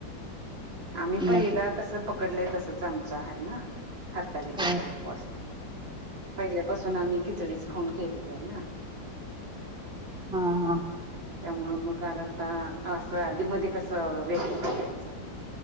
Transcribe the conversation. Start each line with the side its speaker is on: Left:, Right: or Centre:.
Right: आम्ही पहिला
Centre: मग ते
Right: कसं पकडलंय तसच आमचं आहे ना हरतालिकेचा
Centre: हा
Right: उपवास पहिल्यापासून आम्ही खिचडीच खाऊन केलेला आहे ना
Centre: हा हा
Right: त्यामु मग आर आता असं आधी मध्ये कस व्यग करायचं.